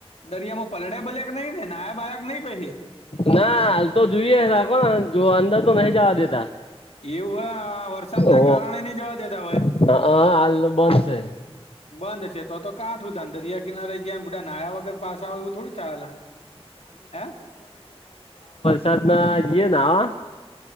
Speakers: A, on the left; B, on the left.
A: દરિયામાં પલળ્યા બલ્યાક નહીં ને ના? બાાયક નહીં પે હ.
B: ના, હાલ તો જોઈએ રાખો ને. જો અંદર તો નહીં જવા દેતા.
A: એવું હ, વરસાદ ના
B: ઓ
A: કારણે નઈ જવા દેતા હોઈ.
B: હ, હ, હાલ નો બંધ છે.
A: બંધ છે તો, તો કાંઠું તો દરિયા કિનારે જયાને બધા નાહયા વગર. પાસ આવે એવું થોડું ચાલે હે.
B: સાદના જ ના.